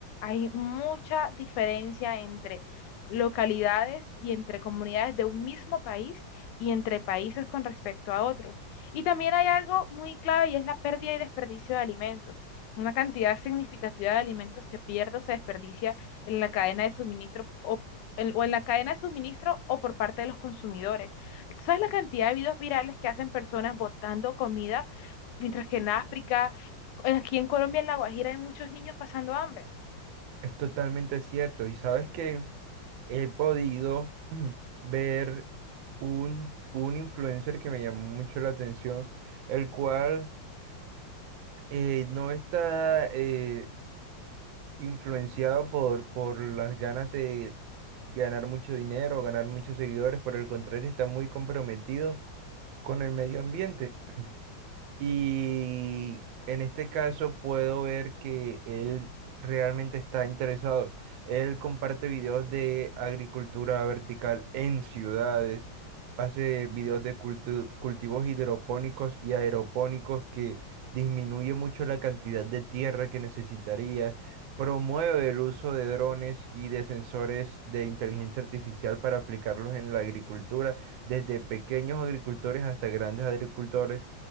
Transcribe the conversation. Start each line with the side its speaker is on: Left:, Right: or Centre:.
Left: hay mucha diferencia entre localidades y entre comunidades de un mismo país y entre países con respecto a otros. Y también hay algo muy clave y es la pérdida y desperdicio de alimentos. Una cantidad significativa de alimentos se pierde o se desperdicia en la cadena de suministro o, en, o en la cadena de suministro o por parte de los consumidores. ¿Sabes la cantidad de videos virales que hacen personas botando comida, mientras que en África, aquí en Colombia, en La Guajira, hay muchos niños pasando hambre?
Right: Es totalmente cierto. ¿Y sabes qué? he podido <clears throat> ver un, un influencer que me llamó mucho la atención, el cual eh, no está eh, influenciado por, por las ganas de ganar mucho dinero, ganar muchos seguidores, por el contrario, está muy comprometido con el medio ambiente. Y en este caso puedo ver que él realmente está interesado. Él comparte videos de agricultura vertical en ciudades, hace videos de cultu- cultivos hidropónicos y aeropónicos que disminuye mucho la cantidad de tierra que necesitarías. Promueve el uso de drones y de sensores de inteligencia artificial para aplicarlos en la agricultura, desde pequeños agricultores hasta grandes agricultores